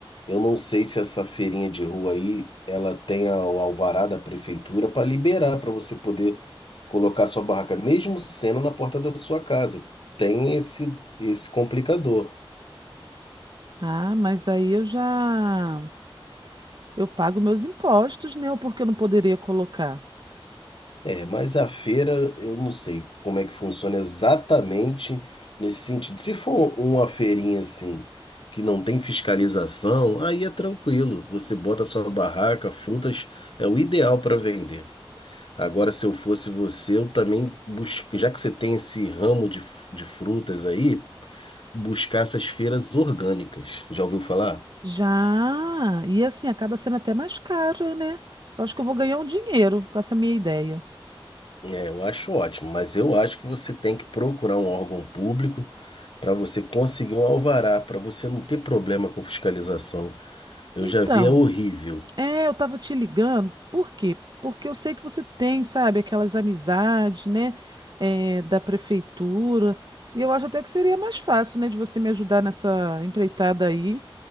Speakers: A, on the left; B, on the right.
A: Eu não sei se essa feirinha de rua aí, ela tem a- o alvará da prefeitura para liberar, para você poder colocar sua barraca, mesmo sendo na porta da sua casa. Tem esse, esse complicador.
B: Ah, mas aí eu já. Eu pago meus impostos, né? Porque eu não poderia colocar.
A: É, mas a feira, eu não sei como é que funciona exatamente nesse sentido. Se for um, uma feirinha assim, que não tem fiscalização, aí é tranquilo. Você bota sua barraca, frutas, é o ideal para vender. Agora, se eu fosse você, eu também busco, já que você tem esse ramo de, de frutas aí, buscar essas feiras orgânicas. Já ouviu falar?
B: Já. E assim, acaba sendo até mais caro, né? Eu acho que eu vou ganhar um dinheiro com essa minha ideia.
A: É, eu acho ótimo, mas eu acho que você tem que procurar um órgão público para você conseguir um alvará, para você não ter problema com fiscalização. Eu
B: Então,
A: já vi, é horrível.
B: é, eu tava te ligando, por quê? Porque eu sei que você tem, sabe, aquelas amizades, né, é, da prefeitura. E eu acho até que seria mais fácil, né, de você me ajudar nessa empreitada aí.